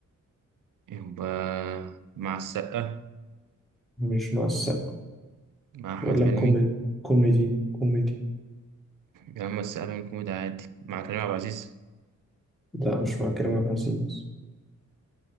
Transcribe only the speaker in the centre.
مش مع السقا
بقول لك
كوميدي كوميدي كوميدي
لا مش مع كريم عبد العزيز